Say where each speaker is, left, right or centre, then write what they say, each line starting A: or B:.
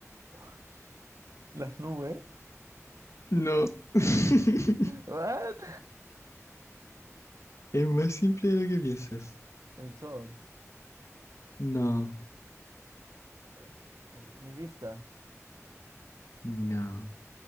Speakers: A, on the right; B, on the left.
A: <laughs> ¿Las nubes?
B: No. <laughs>
A: <laughs> What?
B: Es más simple de lo que piensas.
A: El sol.
B: No,
A: Eh, eh, mi vista.
B: no.